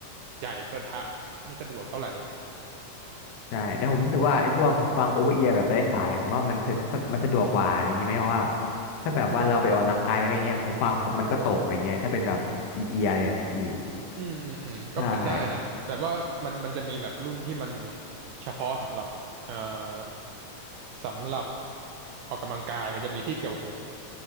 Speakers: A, on the right (about 80°); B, on the left (about 85°).
A: ใหญ่เทอะทะไม่สะดวกเท่าไหร่
B: ใช่แล้วผมรู้สึกว่าไอ้พวกหูฟังโอเวอร์เอียร์แบบไร้สายผมว่ามันสะมันสะดวกกว่าอย่างงี้ไหมเพราะว่าถ้าแบบว่าเราไปออกกำลังกายอะไรอย่างเงี้ยหูฟังมันก็ตกอะไรเงี้ยถ้าเป็นแบบอินเอียร์อะไรแบบเนี้ยพี่
A: อืมอืมอืมก็เป็นได้นะแบบว่ามันมันจะมีแบบรุ่นที่มัน
B: ใช่
A: เฉพาะสำหรับเอ่อสำหรับออกกำลังกายมันจะมีที่เกี่ยวหู